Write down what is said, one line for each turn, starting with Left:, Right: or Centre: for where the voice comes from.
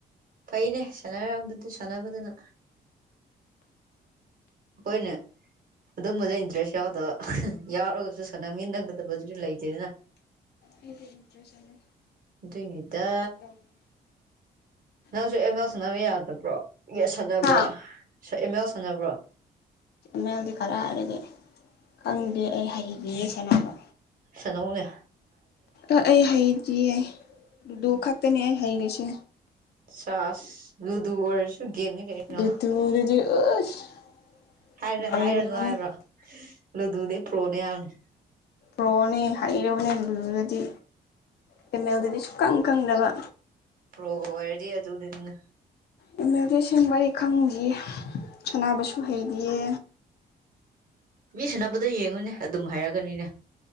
Right: ꯐꯩꯅꯦ ꯆꯅꯥꯔꯝꯕꯗꯤ ꯁꯅꯥꯕꯗꯨꯅ ꯍꯈꯣꯏꯅꯦ ꯑꯗꯨꯝꯕꯗ ꯏꯟꯇꯔꯦꯁ ꯌꯥꯎꯗꯕ ꯌꯥꯔꯣꯁꯨ ꯁꯥꯟꯅꯃꯤ ꯅꯪꯒꯗꯕꯗꯨꯁꯨ ꯂꯩꯇꯦꯗꯅ
Left: ꯑꯩꯗꯤ ꯏꯟꯇꯔꯦꯁ ꯑꯃ
Right: ꯑꯗꯨꯏꯅꯤꯗ
Left: ꯑꯦꯗꯤꯛ ꯇꯧꯋꯦ
Right: ꯅꯪꯁꯨ ꯑ ꯃꯎ ꯁꯅꯕ ꯌꯥꯗꯕ꯭ꯔꯣ ꯁꯥꯟꯅꯕ꯭ꯔꯣ
Left: ꯍꯥ
Right: ꯑꯃ ꯂꯜ ꯁꯥꯟꯅꯕ꯭ꯔꯣ
Left: ꯃꯦꯜꯗꯤ ꯈꯔ ꯍꯥꯏꯔꯒꯦ ꯈꯪꯗꯦ ꯑꯩ ꯍꯩꯈꯤ ꯀ
Right: ꯁꯅꯧꯒ
Left: ꯑ ꯑꯩ ꯍꯩꯗꯤ ꯌꯥꯏ ꯑꯗꯨ ꯈꯛ ꯅ ꯍꯥꯏꯩꯔꯤꯕꯁꯤ
Right: ꯆꯥꯁ ꯂꯨꯗꯔ ꯁ ꯒꯦꯝꯅꯤ ꯀꯛꯔꯤꯅꯣ
Left: ꯂꯨꯗꯨꯗꯗꯤ ꯑꯁ
Right: ꯍꯥꯏꯔ
Left: ꯂꯩꯔꯕꯅꯤ
Right: ꯍꯥꯏꯔꯅꯨ ꯍꯥꯏꯕ꯭ꯔꯣ ꯂꯗꯨꯗ ꯄꯣꯂꯅ
Left: ꯔꯣꯅꯦ ꯍꯥꯏꯩꯔꯕꯅꯦ ꯑꯗꯨꯗꯤ ꯀꯦꯃꯦꯜꯗꯗꯤ ꯁꯨꯈꯪ ꯈꯪꯗꯕ
Right: ꯄ꯭ꯔꯣꯒꯔꯗꯤ ꯑꯗꯨ ꯑꯗꯨꯅ
Left: ꯑꯦꯝ ꯑꯦꯜ ꯑꯦꯁꯤꯡꯕ ꯑꯩ ꯈꯪꯗꯌꯦ ꯁꯅꯕꯁꯨ ꯍꯩꯔꯤꯌꯦ
Right: ꯃꯤ ꯁꯨꯅꯕꯗꯣ ꯌꯦꯡꯉꯨꯅꯦ ꯑꯗꯨꯝ ꯍꯥꯏꯔꯛꯒꯅꯤꯅꯦ